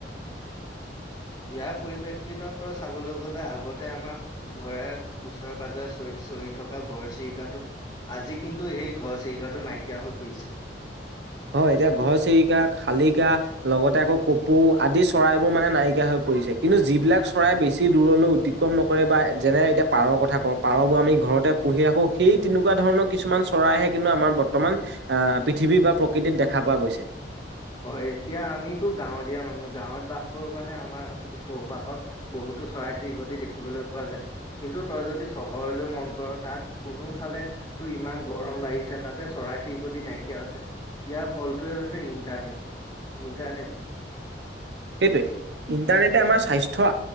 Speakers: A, on the left (about 25°); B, on the right (about 70°).
A: ইয়াৰ পৰিপ্ৰেক্ষিতত চাবলৈ গ'লে আগতে আমাৰ। ঘৰে ওচৰে-পাঁজৰে চৰি থকা ঘৰ চিৰিকাটো। আজি কিন্তু সেই ঘৰ চিৰিকাটো নাইকিয়া হৈ পৰিছে।
B: হয়, এতিয়া ঘৰ চিৰিকা, শালিকা লগতে আকৌ কপৌ। পু আদি চৰাইবোৰ মানে নাইকিয়া হৈ পৰিছে কিন্তু যিবিলাক চৰাই বেছি দূৰলৈ অতিক্ৰম নকৰে বা যেনে এতিয়া পাৰৰ কথা কওঁ পাৰবোৰ আমি ঘৰতে পুহি ো সেই তেনেকুৱা ধৰণৰ কিছুমান চৰাইে কিন্তু আমাৰ বৰ্তমান পৃথিৱীৰ বা প্ৰকৃতিত দেখা পোৱা গৈছে।
A: হয় এতিয়া আমিতো গাঁৱলীয়া মানুহ গাঁৱত বাস কৰোঁ কাৰণে আমাৰ চৌপাশত বহুত টো চৰাই চিৰিকটি দেখিবলৈ পোৱা যায় কিন্তু তই যদি চহৰলৈ মন কৰ তাত কোনো ফালে টো ইমান গৰম বাঢ়িছে তাতে চৰাই চিৰিকতি নাইকিয়া হৈছে, ইয়াৰ ফলটোৱে হৈছে ই ইণ্টাৰনেট, ইণ্টাৰনেট
B: সেইটোৱে ইণ্টাৰনেটে আমাৰ স্বাস্থ্যৰ